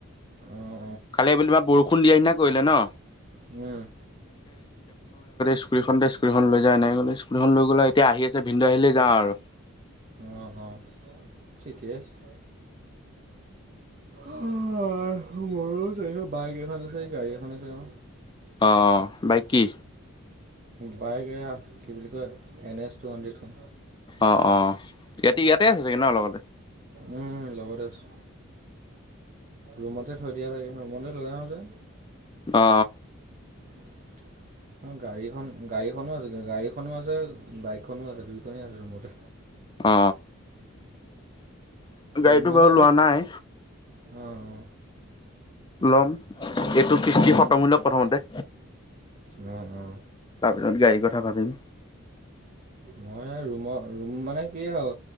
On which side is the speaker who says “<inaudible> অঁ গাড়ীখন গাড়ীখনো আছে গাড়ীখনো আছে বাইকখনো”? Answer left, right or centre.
Right